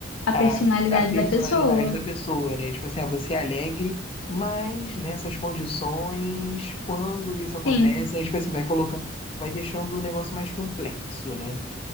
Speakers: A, on the left; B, on the left.
A: a
B: a,
A: personalidade
B: a personalidade
A: da pessoa.
B: da pessoa, né? Tipo assim, ah, você é alegre, mas nessas condições, quando isso acontece,
A: Sim.
B: aí, tipo assim, vai colocando, vai deixando o negócio mais complexo, né?